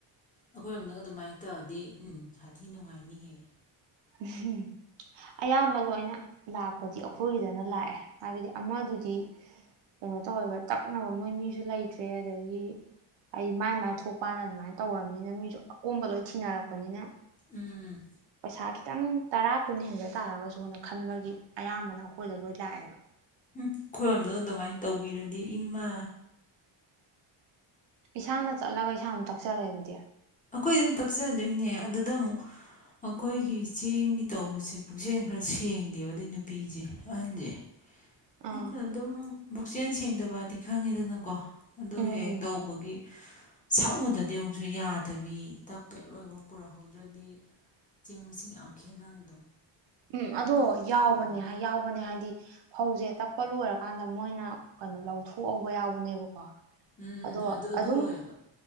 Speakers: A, on the left; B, on the right.
A: ꯑꯩꯈꯣꯏꯔꯣꯝꯗꯪ ꯑꯗꯨꯃꯥꯏꯅ ꯇꯧꯔꯗꯤ ꯎꯝ ꯁꯥꯊꯤ ꯅꯨꯡꯉꯥꯏꯅꯤꯍꯦꯛ
B: ꯎꯝ ꯑꯌꯥꯝꯕ ꯂꯣꯏꯅ ꯂꯥꯛꯄꯗꯤ ꯑꯩꯈꯣꯏꯒꯤꯗꯅ ꯂꯥꯛꯑꯦ ꯍꯥꯏꯕꯗꯤ ꯑꯃꯗꯨꯗꯤ ꯀꯩꯅꯣ ꯇꯧꯋꯦꯕ ꯇꯛꯅꯕ ꯃꯣꯏ ꯃꯤꯁꯨ ꯂꯩꯇ꯭ꯔꯦ ꯑꯗꯒꯤ ꯍꯥꯏꯗꯤ ꯃꯥꯏ ꯃꯥꯏ ꯊꯣꯛꯄꯅ ꯑꯗꯨꯃꯥꯏꯅ ꯇꯧꯅꯤꯅ ꯃꯤꯁꯨ ꯑꯀꯣꯝꯕ ꯂꯣꯏ ꯊꯤꯅꯔꯛꯄꯅꯤꯅ
A: ꯎꯝ
B: ꯁꯥꯠ ꯈꯤꯇꯪ ꯇꯔꯥ ꯀꯨꯟ ꯍꯦꯟꯖ ꯇꯥꯔꯒꯁꯨꯅ ꯈꯟꯕꯒꯤ ꯑꯌꯥꯝꯕꯅ ꯑꯩꯈꯣꯏꯗ ꯂꯣꯏ ꯂꯥꯛꯑꯦꯕ
A: ꯎꯝ ꯈꯔꯣꯝꯗꯒ ꯑꯗꯨꯃꯥꯏꯅ ꯇꯧꯕꯤꯔꯗꯤ ꯏꯃꯥ
B: ꯏꯁꯥꯅ ꯆꯠꯂꯒ ꯏꯁꯥꯅ ꯇꯛꯆꯔꯦ ꯑꯗꯨꯗꯤ
A: ꯑꯩꯈꯣꯏ ꯑꯗꯨꯝ ꯇꯛꯆꯗꯣꯏꯅꯦ ꯑꯗꯨꯗ ꯑꯃꯨꯛ ꯑꯩꯈꯣꯏꯒꯤ ꯆꯦꯡꯒꯤ ꯇꯧꯕꯁꯦ ꯄꯨꯛꯆꯦꯜ ꯈꯔ ꯁꯦꯡꯗꯦꯕꯗꯩ ꯅꯨꯄꯤꯁꯦ ꯑꯪꯖꯤ
B: ꯑꯥ
A: ꯑ ꯑ ꯑꯗꯨꯝ ꯕꯨꯛꯆꯦꯟ ꯁꯦꯡꯗꯕꯗꯤ ꯈꯪꯉꯤꯗꯅꯀꯣ ꯑꯗꯨ
B: ꯎꯝ
A: ꯍꯦꯛ
B: ꯎꯝ
A: ꯇꯧꯕꯒꯤ ꯁꯛꯉꯨꯗꯗꯤ ꯑꯃꯨꯛꯁꯨ ꯌꯥꯗꯦ ꯇꯕꯤ ꯇꯛ ꯄꯦꯛ ꯂꯣꯏꯕ ꯄꯨꯔꯛꯍꯧꯗ꯭ꯔꯗꯤ ꯆꯦꯡ ꯃꯁꯤꯡ ꯌꯥꯝ ꯈꯦꯠꯅꯕꯗꯣ
B: ꯎꯝ ꯑꯗꯣ
A: ꯑꯗꯨ ꯍꯦꯛꯇ
B: ꯌꯥꯎꯕꯅꯦ
A: ꯑꯣꯏꯌꯦꯕ
B: ꯍꯥꯏ ꯌꯥꯎꯕꯅꯦ ꯍꯥꯏꯗꯤ ꯐꯧꯁꯦ ꯇꯛꯄ ꯂꯣꯏꯔꯀꯥꯟꯗ ꯃꯣꯏꯅ ꯀꯩꯅꯣ ꯂꯧꯊꯣꯛꯍꯧꯕ ꯌꯥꯎꯕꯅꯦꯕꯀꯣ
A: ꯎꯝ
B: ꯑꯗꯣ
A: ꯑꯗꯨ ꯑꯗꯨ
B: ꯑꯗꯨꯝ
A: ꯑꯣꯏꯌꯦꯕ